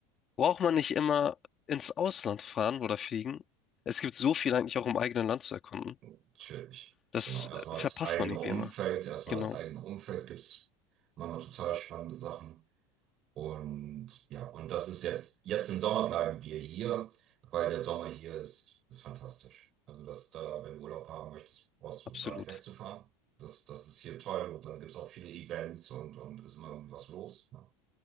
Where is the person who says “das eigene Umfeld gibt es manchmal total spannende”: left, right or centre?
Right